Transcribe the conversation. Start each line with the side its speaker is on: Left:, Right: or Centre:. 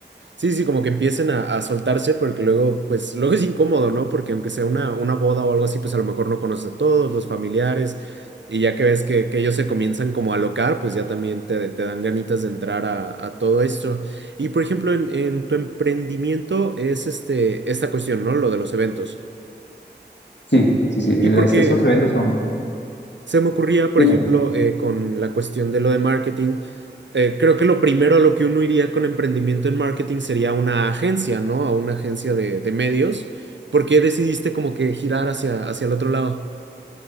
Right: Sí, sí, como que empiecen a, a soltarse porque luego, pues, luego es incómodo, ¿no? Porque aunque sea una, una boda o algo así, pues a lo mejor no conoces a todos los familiares y ya que ves que, que ellos se comienzan como a alocar, pues ya también te, te dan ganitas de entrar a, a todo esto. Y por ejemplo, en, en tu emprendimiento es este, esta cuestión, ¿no? Lo de los eventos.
Left: Sí, sí, sí, el-
Right: Y porque
Left: estos eventos son...
Right: se me ocurría, por
Left: Dime.
Right: ejemplo, eh, con la cuestión de lo de marketing, eh, creo que lo primero a lo que uno iría con emprendimiento en marketing sería una agencia, ¿no? A una agencia de, de medios. ¿Por qué decidiste como que girar hacia, hacia el otro lado?